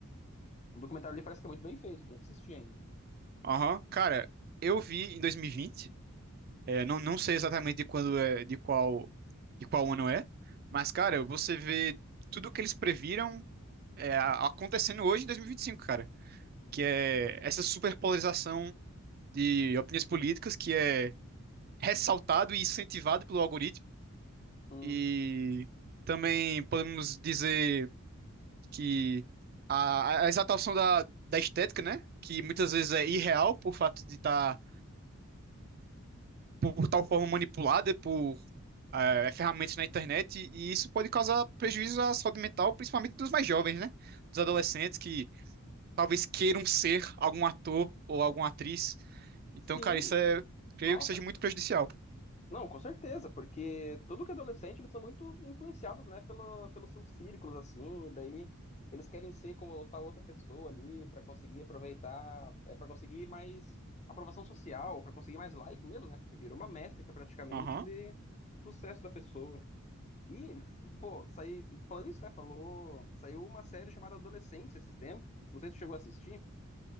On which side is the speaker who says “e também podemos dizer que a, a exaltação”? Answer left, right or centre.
Right